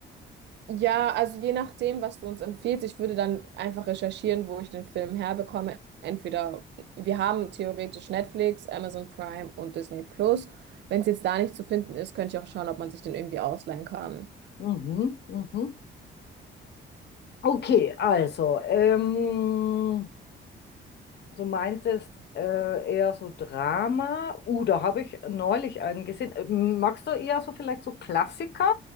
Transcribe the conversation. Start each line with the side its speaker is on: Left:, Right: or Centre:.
Right: Ja, also je nachdem, was du uns empfiehlst, ich würde dann einfach recherchieren, wo ich den Film herbekomme. Entweder wir haben theoretisch Netflix, Amazon Prime und Disney Plus. Wenn es jetzt da nicht zu finden ist, könnte ich auch schauen, ob man sich den irgendwie ausleihen kann.
Left: Mhm, mhm. Okay, also ähm, Du meintest äh, eher so Drama. Uh, da habe ich neulich einen gesehen. Ähm, Magst du eher so vielleicht so Klassiker